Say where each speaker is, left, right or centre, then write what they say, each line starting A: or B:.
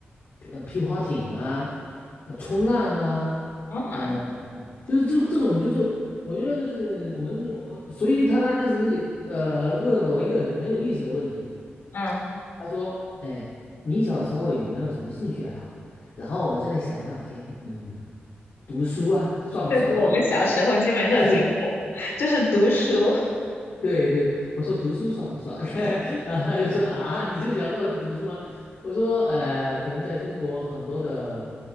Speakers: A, on the left; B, on the left.
A: 呃，皮划艇啊，呃冲浪啊，
B: 啊
A: 嗯、就是就这种，就是我觉得就是我们，我所以她当时也呃问了我一个很有意思的问题，
B: 嗯，
A: 她说，哎，你小时候有没有什么兴趣爱好？然后我在那想了半天，嗯，读书啊，算不算？
B: 对，我们小时候基本上就
A: <laughs>
B: <laughs> 就是读书，
A: 对对，我说读书爽不爽？<laughs> 然后他就说啊，你就小时候就读书吗？我说呃，可能在中国很多的